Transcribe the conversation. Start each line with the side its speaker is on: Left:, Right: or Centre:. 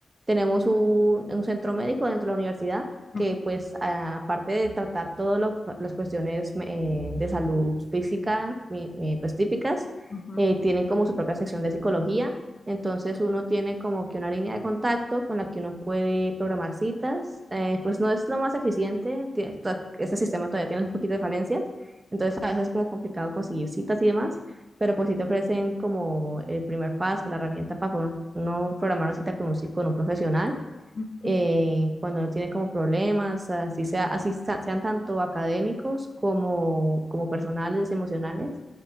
Right: tenemos un, un centro médico dentro de la universidad
Left: Ujú,
Right: que pues a- aparte de tratar todas las cuestiones eh, de salud física, mi- mi- pues típicas,
Left: ujú,
Right: eh, tienen como su propia sección de psicología Entonces uno tiene como que una línea de contacto con la que uno puede programar citas. Eh,
Left: ujú,
Right: pues no es lo más eficiente, tie- to- ese sistema todavía tiene un poquito de falencias, entonces a veces es como complicado conseguir citas y demás, pero pues sí te ofrecen como el primer paso, la herramienta para poder uno programar una cita con un, psi- con un profesional
Left: ujú,
Right: eh, cuando no tiene como problemas, así sea, así sa- sean tanto académicos como, como personales y emocionales,